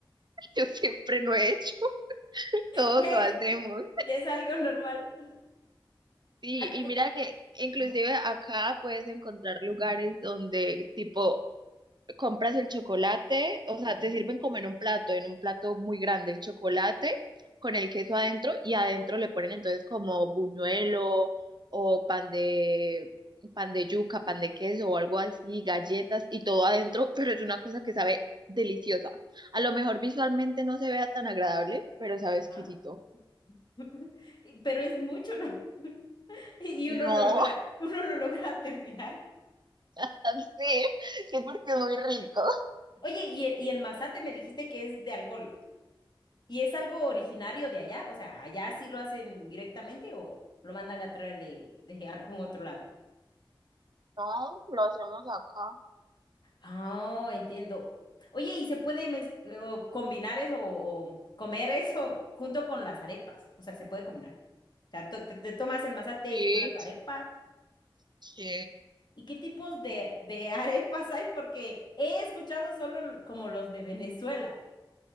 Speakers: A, on the right; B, on the left.
A: <laughs> yo siempre lo he hecho, <laughs> todos
B: Ya
A: lo
B: es,
A: hacemos.
B: ya es algo normal.
A: Sí,
B: Ac-
A: y mira que inclusive
B: Ajá.
A: acá puedes encontrar lugares donde tipo compras el chocolate, o sea,
B: ujú,
A: te sirven como en un plato, en un plato muy grande el chocolate con el queso adentro y adentro le ponen entonces como buñuelo o pan de pan de yuca, pan de queso o algo así, galletas y todo adentro, pero es una cosa que sabe deliciosa. A lo mejor visualmente no se vea tan agradable, pero sabe
B: Ajá.
A: exquisito.
B: <laughs> Y- Pero es mucho, ¿no? <laughs> Y y
A: No,
B: uno lo logra, <laughs> uno lo logra terminar.
A: <laughs> sí, sí porque es muy rico.
B: Oye, y el, y el masate me dijiste que es de alcohol. ¿Y es algo originario de allá? O sea, ¿allá sí lo hacen directamente o lo mandan a traer de, de algún otro lado?
A: No, lo hacemos acá.
B: Oh, entiendo. Oye, ¿y se puede mez- o combinar eso o, o comer eso junto con las arepas? O sea, se puede combinar. O sea, to- te, te tomas el mazate
A: Sí,
B: y una tu arepa.
A: sí.
B: ¿Y qué tipos de, de <laughs> arepas hay? Porque he escuchado solo l- como los de Venezuela.